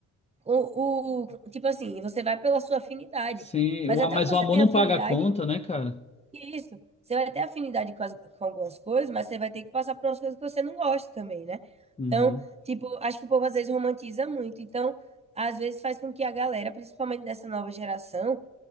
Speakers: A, on the right; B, on the left.
A: O, o- tipo assim, você vai pela sua afinidade.
B: Sim,
A: Mas
B: o,
A: até
B: a- mas
A: que você
B: o amor
A: tenha
B: não
A: afinidade,
B: paga a conta, né, cara?
A: e isso. Você vai ter afinidade com, as- com algumas coisas, mas você vai ter que passar por umas coisas que você não gosta também, né?
B: Uhum.
A: Então, tipo, acho que o povo às vezes romantiza muito. Então, às vezes faz com que a galera, principalmente dessa nova geração,